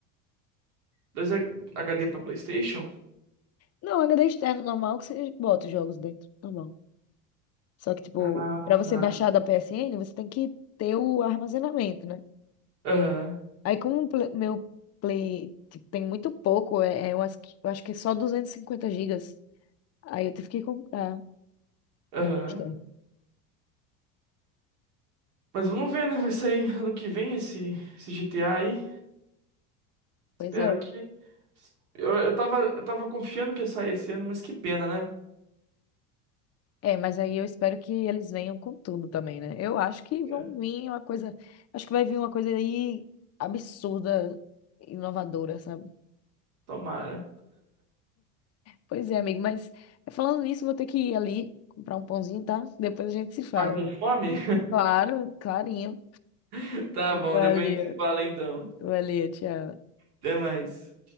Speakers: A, on the right (about 85°); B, on the left (about 35°).
A: dois H- HD pra PlayStation?
B: Não, HD externo normal que você bota os jogos dentro, normal. Só que, tipo,
A: Ah.
B: pra você baixar da PSN, você tem que ter o armazenamento, né?
A: Aham,
B: Aí, como o Play- meu Play, tipo, tem muito pouco, é, é, eu acho que, eu acho que é só 250 gigas. Aí eu tive que comprar
A: aham.
B: HD externo.
A: Mas vamos ver, né? Vai sair ano que vem esse, esse GTA aí.
B: Pois
A: Espero
B: é.
A: que. Eu, eu tava, eu tava confiando que ia sair esse ano, mas que pena, né?
B: É, mas aí eu espero que eles venham com tudo também, né? Eu acho que vão
A: É.
B: vir uma coisa. Acho que vai vir uma coisa aí absurda, inovadora, sabe?
A: Tomara.
B: Pois é, amigo, mas falando nisso, vou ter que ir ali comprar um pãozinho, tá? Depois a gente se fala.
A: Tá com fome?
B: Claro, clarinho.
A: <laughs> Tá bom,
B: Valeu,
A: depois a gente se fala então.
B: valeu, tchau.
A: Até mais.